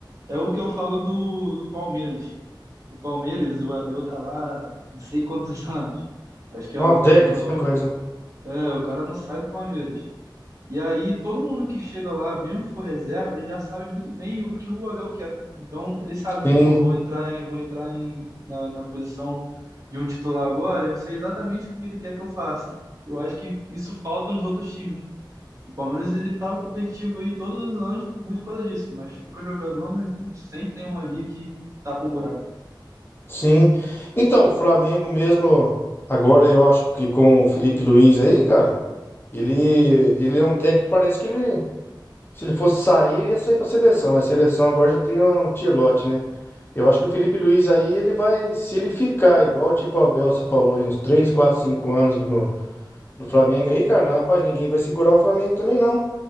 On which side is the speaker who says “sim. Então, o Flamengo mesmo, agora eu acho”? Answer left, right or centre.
Left